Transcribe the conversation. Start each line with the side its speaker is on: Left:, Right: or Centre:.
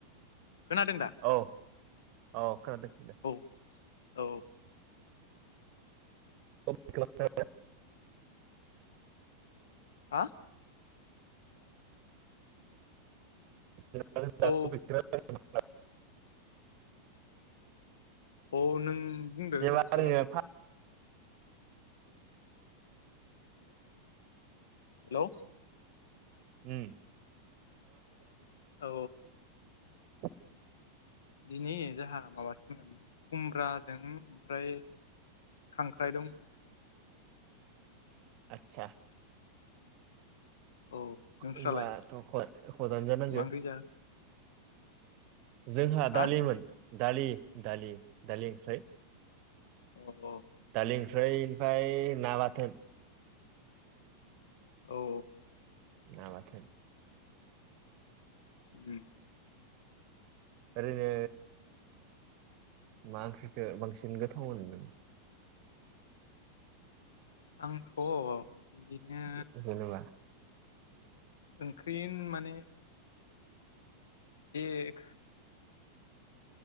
Left: खोनादों दा
Right: औ औ खोनादों <unintelligible>
Left: औ औ।
Right: <unintelligible>
Left: हा?
Right: <unintelligible>
Left: औ औ नों बुंदो
Right: जेनेबा
Left: माखो
Right: ओरैनो
Left: लागोन।
Right: फा
Left: हेलौ
Right: उम
Left: औ
Right: <unintelligible> <unintelligible>
Left: दिनै जाहा माबासोमोन खुमब्राजों ओमफ्राय खांख्राइ दं।
Right: आतसा
Left: औ नोंस्रालाय
Right: ओमबाथ' खद खदानो जानांगो।
Left: मा ओंख्रि जागोन
Right: जोंहा
Left: हा
Right: दालिमोन। दालि दालि दालि ओंख्रै।
Left: अ औ
Right: दालि ओंख्रै ओमफाय ना बाथोन।
Left: औ।
Right: ना बाथोन।
Left: उम।
Right: ओरैनो मा ओंख्रिखो बांसिन गोथाव मोनो नोङो?
Left: आंथ' बिदिनो
Right: नों जेनेबा
Left: ओंख्रि माने एक